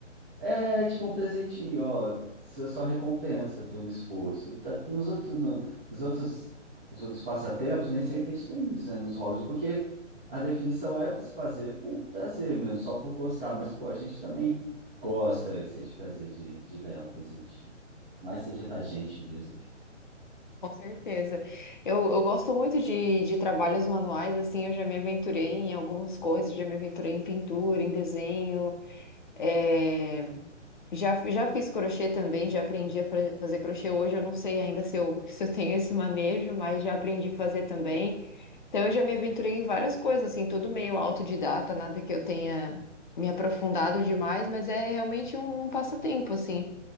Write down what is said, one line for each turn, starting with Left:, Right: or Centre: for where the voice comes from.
Centre: É tipo um presentinho, ó. Você só recompensa pelo esforço. Tá, nos outros, no- nos outros, nos outros passatempos, nem sempre a gente tem isso, né? Nos hobbies, porque a definição é você fazer por prazer mesmo, só por gostar. Mas, pô, a gente também gosta e sente prazer de, de ganhar um presentinho. né? Mas seja da gente mesmo.
Left: Com certeza. Eu, eu gosto muito de, de trabalhos manuais, assim, eu já me aventurei em algumas coisas, já me aventurei em pintura, em desenho, é, já, fi- já fiz crochê também, já aprendi a fa- fazer crochê. Hoje eu não sei ainda se eu, <laughs> se eu tenho esse manejo, mas já aprendi a fazer também. Então eu já me aventurei em várias coisas, assim, tudo meio autodidata, nada que eu tenha me aprofundado demais, mas é realmente um, um passatempo, assim.